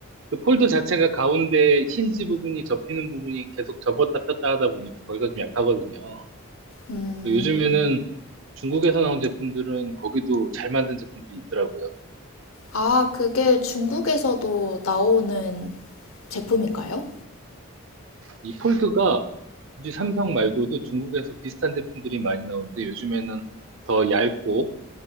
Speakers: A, on the right; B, on the left.
A: 그 폴드 자체가 가운데 힌지 부분이 접히는 부분이 계속 접었다 폈다 하다 보니까 거기가 좀 약하거든요.
B: 음,
A: 요즘에는 중국에서 나온 제품들은 거기도 잘 만든 제품들이 있더라고요.
B: 아, 그게 중국에서도 나오는 제품인가요?
A: 이 폴드가 굳이 삼성 말고도 중국에서 비슷한 제품들이 많이 나오는데 요즘에는 더 얇고